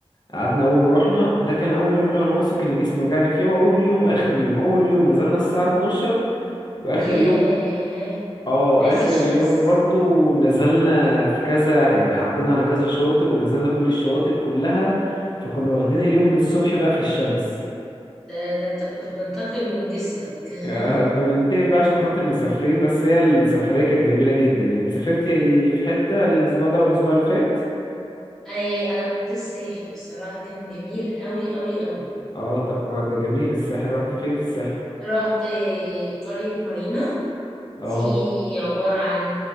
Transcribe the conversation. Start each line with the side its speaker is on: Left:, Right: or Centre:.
Left: قعدنا اول ما رحنا ده كان اول يوم اللي انا واثق ان جسمي وجعني فيه هو اول يوم واخر يوم اول يوم نزلنا الساعه 12 واخر
Centre: ياه
Left: يوم اه
Centre: عز
Left: اخر
Centre: الشمس
Left: يوم برضو نزلنا في كذا يعني عدينا على كذا شاطئ ونزلنا كل الشواطئ كلها فكنا واخدين اليوم من الصبح بقى في الشمس
Centre: ده ده انت كنت بتنتقم من جسمك <laughs>
Left: آه، <laughs> بننتقم بقى عشان خاطر مسافرين بس هي السفرية كانت جميلة جدا يعني انت سافرتي في حتة الأسبوع ده والأسبوع اللي فات
Centre: اي انا كنت الساحل بصراحة كان جميل قوي قوي قوي
Left: اه طب كويس ده جميل الساحل رحتي فين في الساحل
Centre: رحت قرية مارينا دي
Left: اه
Centre: عبارة عن